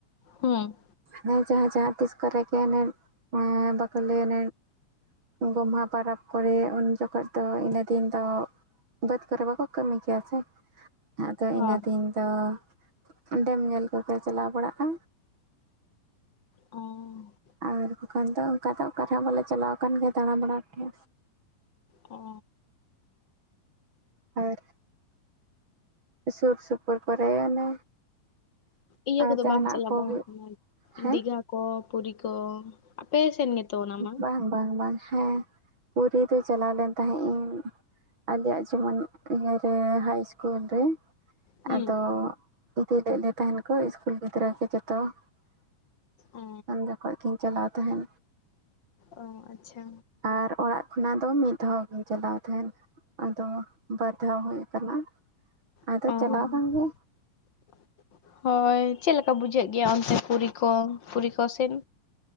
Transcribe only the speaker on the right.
ᱦᱮᱸ ᱡᱟᱦᱟᱸ ᱡᱟᱦᱟᱸ ᱛᱤᱥ ᱠᱚᱨᱮ ᱜᱮᱱᱮᱡ <unintelligible> ᱵᱟᱠᱚ ᱞᱟᱹᱭᱟᱱ ᱜᱳᱚᱢᱦᱟ ᱯᱚᱨᱚᱵᱵᱽ ᱠᱚᱨᱮ ᱩᱱ ᱡᱚᱠᱷᱚᱱ ᱫᱚ ᱤᱱᱟᱹ ᱫᱤᱱ ᱫᱚ ᱵᱟᱹᱫᱽ ᱠᱚᱨᱮ ᱵᱟᱠᱚ ᱠᱟᱹᱢᱤ ᱜᱮᱭᱟ ᱥᱮ ᱟᱫᱚ
ᱤᱱᱟᱹ ᱫᱤᱱ ᱛᱚ ᱚᱸᱰᱮᱢ ᱧᱮᱞ ᱠᱚᱯᱮ ᱪᱟᱞᱟᱣ ᱵᱟᱲᱟᱜᱼᱟ
ᱟᱨ ᱵᱟᱠᱷᱟᱱ ᱫᱚ ᱚᱱᱠᱟ ᱫᱚ ᱚᱠᱟ ᱨᱮᱦᱚᱸ ᱵᱟᱞᱮ ᱪᱟᱞᱟᱣ ᱟᱠᱟᱱ ᱜᱮᱭᱟ ᱫᱟᱬᱟ ᱵᱟᱲᱟ ᱫᱚ
ᱟᱨ ᱥᱩᱨ ᱥᱩᱯᱩᱨ ᱠᱚᱨᱮ ᱚᱱᱮ
ᱟᱨ
ᱡᱟᱦᱟᱱᱟᱜ
ᱠᱚ
ᱦᱩᱭᱩᱜ
ᱦᱮᱸ
ᱵᱟᱝ ᱵᱟᱝ ᱵᱟᱝ ᱦᱮᱸ ᱯᱩᱨᱤ ᱫᱚ ᱪᱟᱞᱟᱣ ᱞᱮᱱ ᱛᱟᱦᱮᱸᱫ ᱤᱧ ᱟᱞᱮᱭᱟᱜ ᱡᱮᱢᱚᱱ ᱤᱭᱟᱹᱨᱮ ᱦᱟᱭ ᱤᱥᱠᱩᱞ ᱨᱮ
ᱟᱫᱚ ᱤᱫᱤ ᱞᱮᱫ ᱞᱮ ᱛᱟᱦᱮᱱ ᱠᱚ ᱤᱥᱠᱩᱞ ᱜᱤᱫᱽᱨᱟᱹ ᱠᱚ ᱡᱚᱛᱚ <inaudible>
ᱚᱸ ᱡᱚᱠᱷᱚᱡ ᱜᱤᱧ ᱪᱟᱞᱟᱣ ᱛᱟᱦᱮᱱ
ᱟᱨ ᱚᱲᱟᱜ ᱠᱷᱚᱱᱟᱜ ᱫᱚ ᱢᱤᱫ ᱫᱷᱟᱣ ᱜᱤᱧ ᱪᱟᱞᱟᱣ ᱛᱟᱦᱮᱱ ᱟᱫᱚ ᱵᱟᱨ ᱫᱷᱟᱣ ᱦᱩᱭ ᱟᱠᱟᱱᱟ ᱟᱫᱚ
ᱪᱟᱞᱟᱣ ᱠᱟᱱ ᱜᱮ